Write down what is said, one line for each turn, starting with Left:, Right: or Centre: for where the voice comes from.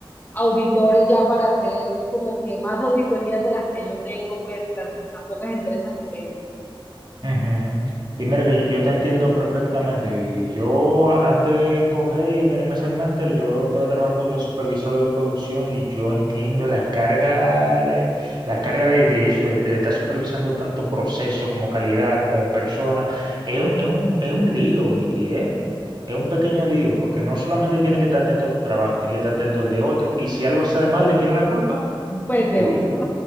Left: auditores ya para hacer como que más auditorías de las que yo tengo, pues las, las pocas empresas que tengo.
Right: Ujú. Y mira que yo te entiendo perfectamente, Vicky. Yo antes de coger y venirme a ser máster, yo estaba trabajando de supervisor de producción y yo entiendo la carga, la, la carga de, de eso, de, de estar supervisando tanto proceso como calidad, como persona. Es, un, es un es un lío, Vicky, ¿eh? Es un pequeño lío, porque no solamente tiene que estar atento a tu trabajo, tiene que estar atento al de otro, y si algo sale mal, ¿de quién es la culpa?
Left: Pues de
Right: Tuya.
Left: uno.